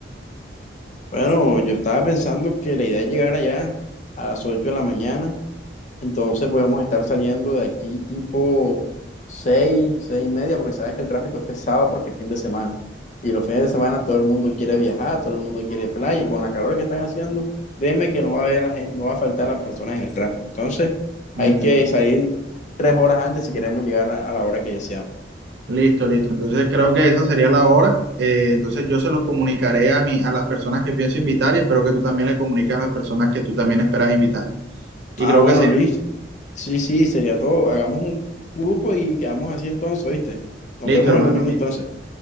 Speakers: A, on the left; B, on the right.
A: Bueno, yo estaba pensando que la idea es llegar allá a las 8 de la mañana, entonces podemos estar saliendo de aquí tipo seis seis y media, porque sabes que el tráfico es pesado porque es fin de semana. Y los fines de semana todo el mundo quiere viajar, todo el mundo quiere playa, y con la calor que están haciendo, créeme que no va a haber, la gen- no va a faltar las personas en el tráfico. Entonces, hay
B: ujú,
A: que salir tres horas antes si queremos llegar a, a la hora que deseamos.
B: Listo, listo. Entonces creo que esa sería la hora. Eh, entonces yo se los comunicaré a mí, a las personas que pienso invitar y espero que tú también le comuniques a las personas que tú también esperas invitar. Y
A: Ah,
B: creo
A: bueno,
B: que sería,
A: Luis, Sí, sí, sería todo. Hagamos un grupo y quedamos así entonces, ¿viste? Nos
B: listo,
A: vemos
B: hermano,
A: el domingo
B: listo,
A: entonces.